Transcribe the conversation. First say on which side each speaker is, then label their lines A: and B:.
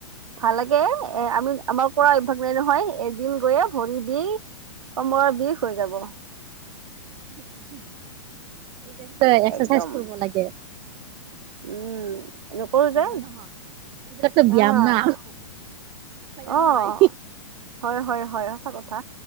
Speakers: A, on the right; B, on the right.
A: ভাল লাগে এ আমি আমাৰ কৰা অভ্যাস নাই নহয়, এদিন গৈয়ে ভৰি বিষ। কমৰৰ বিষ হৈ যাব।
B: <unintelligible> এক্সাৰচাইজ
A: একদম
B: কৰিব লাগে।
A: উম। নকৰো যে
B: হয় নে নহয়! এইবিলাকো ব্যায়াম
A: আহ
B: না হয় নে
A: অ
B: নহয়?
A: হয়, হয়, হয়, সঁচা কথা।